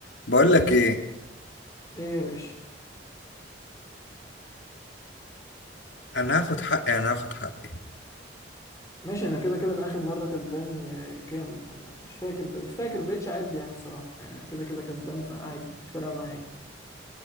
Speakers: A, on the left; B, on the left.
A: بقول لك ايه
B: ايه يا باشا
A: انا هاخد حقي انا هاخد حقي
B: ماشي انا كده كده انا اخر مره كسبان آه، كام أنا مش فاكر ب... مش فاكر بقيتش اعد يعني بصراحه يعني انا كده كده كسبان فعادي مش فارقه معايا